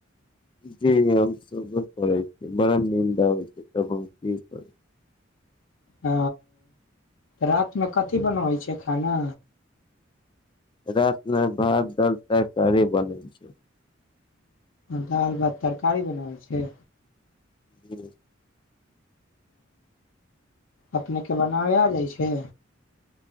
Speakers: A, on the left; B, on the left.
A: जे हम सु बै करै छै बड़ा निन्द आबै छै त हम की कर
B: ह रात में कथि बनबै छिय खाना
A: रात में भात दाल तरकारी बनै छै
B: दालि भात तरकारी बनाबै छिय
A: जी
B: अपनेकेँ बनाबय आ जाइ छै